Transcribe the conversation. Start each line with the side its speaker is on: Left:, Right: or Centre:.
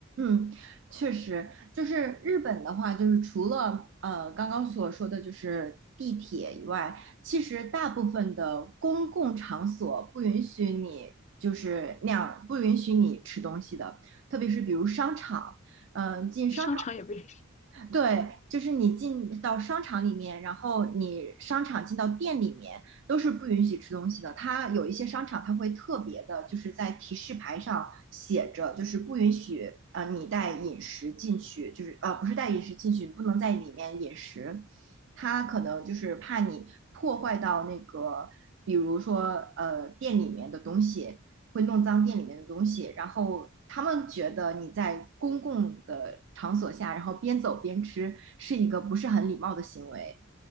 Right: 嗯确实，就是日本的话，就是除了呃刚刚所说的就是地铁以外，其实大部分的公共场所不允许你就是那样，不允许你吃东西的，特别是比如商场，嗯、进商
Left: 商场也不允许
Right: 对，就是你进到商场里面，然后你商场进到店里面都是不允许吃东西的。它有一些商场，它会特别的，就是在提示牌上写着，就是不允许呃你带饮食进去，就是呃不是带饮食进去，不能在里面饮食。它可能就是怕你破坏到那个，比如说呃店里面的东西，会弄脏店里面的东西，然后他们觉得你在公共的场所下，然后边走边吃是一个不是很礼貌的行为。